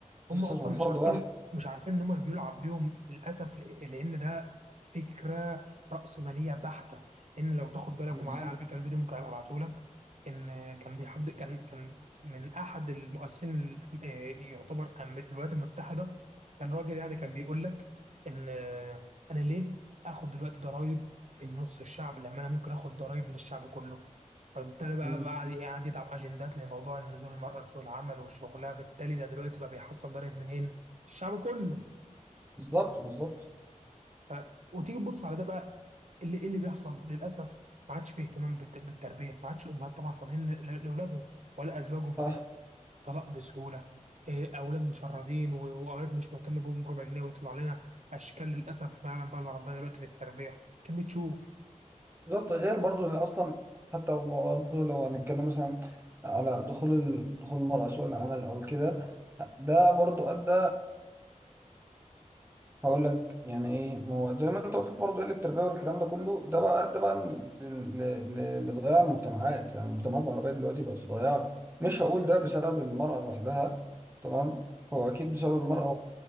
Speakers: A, on the right; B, on the right.
A: هم
B: بتصرف
A: اصلا
B: على فرد
A: مش عارفين
B: واحد
A: مش عارفين ان هم بيلعب بيهم للاسف ل- لان ده فكره رأسماليه بحته ان لو تاخد بالك
B: بالظبط
A: ومعايا على فكره الفيديو ممكن ابقى ابعته لك ان كان بيحد كان كان من احد المؤسسين ال- آه، يعتبر أمر- الولايات المتحده كان راجل يعني كان بيقول لك ان آه، انا ليه اخد دلوقتي ضرائب من نص الشعب لما انا ممكن اخد ضرائب من الشعب كله فبالتالي بقى
B: مم.
A: بقى قاعد قاعد يضع اجندات لموضوع نزول المرأة لسوق العمل وشغلها فبالتالي ده دلوقتي بقى بيحصل ضرب منين الشعب كله
B: بالظبط بالظبط
A: ف... وتيجي تبص على ده بقى اللي إيه اللي بيحصل للاسف ما عادش فيه اهتمام بالت... بالتربيه ما عادش الامهات طبعا فاضيين ل... ل- لاولادهم ولا ازواجهم فبيحصل
B: صح
A: طلاق بسهوله إيه، اولاد مشردين و- واولاد مش مهتم بهم بربع جنيه ويطلع لنا اشكال للاسف ما يعلم بقى الا ربنا دلوقتي في التربيه كان بتشوف
B: بالظبط غير برضو اللي اصلا حتى برضو لو هنتكلم مثلا على دخول ال- دخول المرأة سوق العمل او كده ده برضو ادى هقول لك يعني ايه ما هو زي ما انت قلت برضه قله التربيه والكلام ده كله ده بقى ده بقى ل- ل- ل- لضياع المجتمعات يعني المجتمعات العربيه دلوقتي بقت في ضياع مش هقول ده بسبب المراه لوحدها تمام هو اكيد بسبب المراه